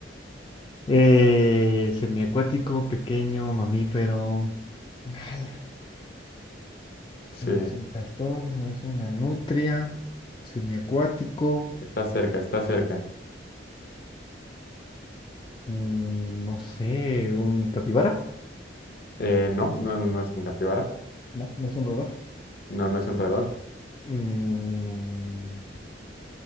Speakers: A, on the left; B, on the left.
A: Eh, semiacuático, pequeño, mamífero. <sighs> Ala,
B: Sí,
A: No es un castor, no es una nutria. Semiacuático.
B: está cerca, está cerca.
A: mm, no sé, un capibara.
B: Eh, no, no, no no es un capibara.
A: No, no es un roedor.
B: No, no es un roedor.
A: Mm,